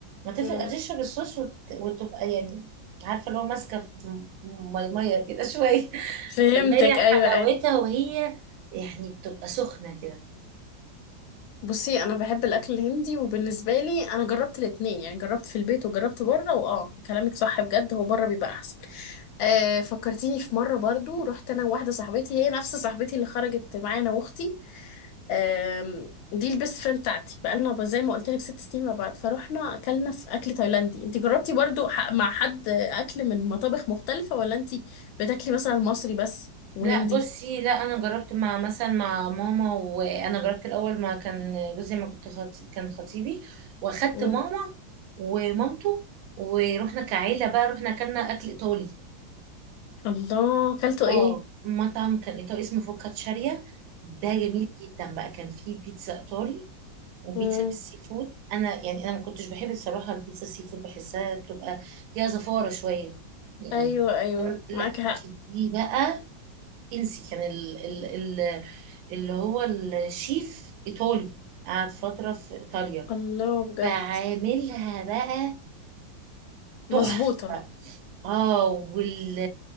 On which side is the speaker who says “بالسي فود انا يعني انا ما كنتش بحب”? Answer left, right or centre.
Right